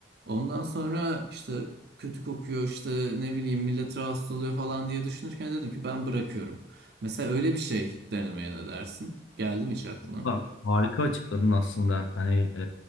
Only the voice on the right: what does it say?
Ondan sonra işte kötü kokuyor işte ne bileyim millet rahatsız oluyor falan diye düşünürken dedim ki ben bırakıyorum. Mesela öyle bir şey denemeye ne dersin? Geldi mi hiç aklına?